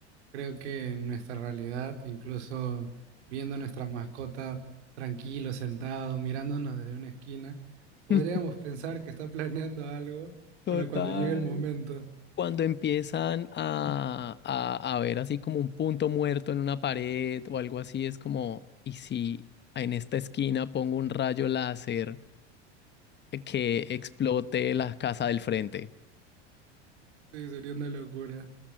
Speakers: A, on the right (about 75°); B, on the left (about 30°).
A: creo que en nuestra realidad, incluso viendo a nuestra mascota tranquilo, sentado, mirándonos desde una esquina, podríamos
B: <laughs>
A: pensar que está planeando algo
B: Total.
A: para cuando llegue el momento.
B: Cuando empiezan a, a, a ver así como un punto muerto en una pared o algo así, es como, ¿y si en esta esquina pongo un rayo láser que explote la casa del frente?
A: Sí, sería una locura.